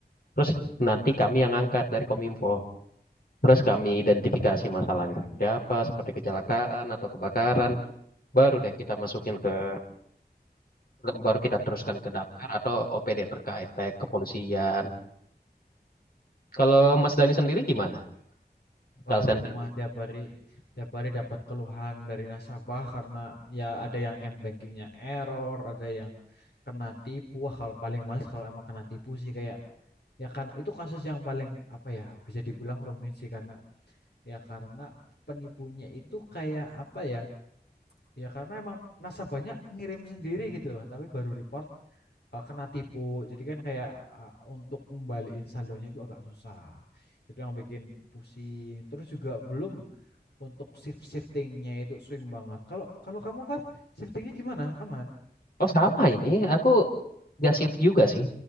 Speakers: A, on the left (about 60°); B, on the left (about 75°).
A: Terus nanti kami yang angkat dari Kominfo. Terus kami identifikasi masalahnya seperti apa, seperti kecelakaan atau kebakaran. Baru deh kita masukin ke, baru kita teruskan ke damkar atau OPD terkait, kayak kepolisian. Kalau Mas Dani sendiri gimana? Call
B: Wah,
A: center
B: aku mah tiap hari tiap hari dapat keluhan dari nasabah karena ya ada yang m-bankingnya error, ada yang kena tipu. Wah, kalau paling males kalau emang kena tipu sih kayak ya kan itu kasus yang paling apa ya bisa dibilang rumit sih karena ya karena penipunya itu kayak apa ya ya karena emang nasabahnya ngirim sendiri gitu loh tapi baru report eh, kena tipu jadi kan kayak eh, untuk ngembaliin saldonya itu agak susah itu yang bikin pusing terus juga belum untuk shift shiftingnya itu swing banget. Kalau kalau kamu Far, shiftingnya gimana? Aman?
A: Oh sama ini, aku gak shift juga sih.